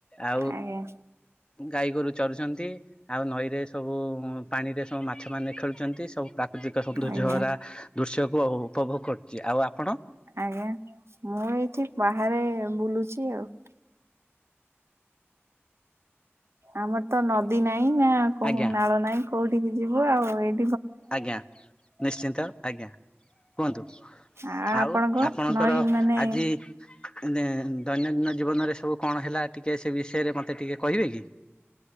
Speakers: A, on the left; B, on the right.
A: ଆଉ
B: ଆଜ୍ଞା।
A: ଗାଈ ଗୋରୁ ଚରୁଛନ୍ତି ଆଉ ନଈରେ ସବୁ ପାଣିରେ ସବୁ ମାଛମାନେ ଖେଳୁଛନ୍ତି ସବୁ ପ୍ରାକୃତିକ ସୌନ୍ଦର୍ଯ୍ୟ
B: ଆଜ୍ଞା
A: ଭରା ଦୃଶ୍ୟକୁ ଉପଭୋଗ କରୁଛି। ଆଉ ଆପଣ?
B: ଆଜ୍ଞା। ମୁଁ ଏଇଠି ବାହାରେ ବୁଲୁଛି ଆଉ। ଆମର ତ ନଦୀ ନାହିଁ ନା କୋ
A: ଆଜ୍ଞା
B: ନାଳ ନାହିଁ କୋଉଠିକି ଯିବୁ ଆଉ ଏଇି,
A: ଆଜ୍ଞା ନିଶ୍ଚିନ୍ତ ଆଜ୍ଞା। କୁହନ୍ତୁ
B: ଆ
A: ଆଉ
B: ଆପଣଙ୍କ
A: ଆପଣଙ୍କର
B: ନଈ ମାନେ
A: ଆଜି ଦୈନନ୍ଦିନ ଜୀବନରେ ସବୁ କଣ ହେଲା ଟିକେ ସେ ବିଷୟରେ ମତେ ଟିକେ କହିବେ କି?